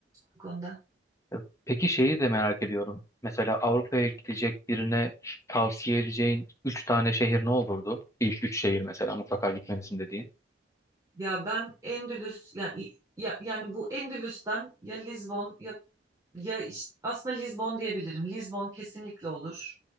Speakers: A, on the right; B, on the left.
A: bu konuda.
B: E, Peki şeyi de merak ediyorum. Mesela Avrupa'ya gidecek birine tavsiye edeceğin üç tane şehir ne olurdu? İlk üç şehir mesela mutlaka gitmelisin dediğin.
A: Ya ben Endülüs yani ya, yani bu Endülüs'ten ya Lizbon ya ya işte aslında Lizbon diyebilirim. Lizbon kesinlikle olur.